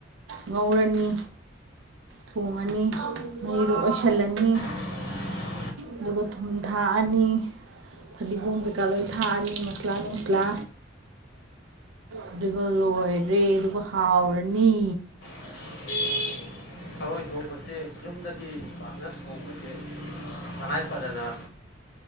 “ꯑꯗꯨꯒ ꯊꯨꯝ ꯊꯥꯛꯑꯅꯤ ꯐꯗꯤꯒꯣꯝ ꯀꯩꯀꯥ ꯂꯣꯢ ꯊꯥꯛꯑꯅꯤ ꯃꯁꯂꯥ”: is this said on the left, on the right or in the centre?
Right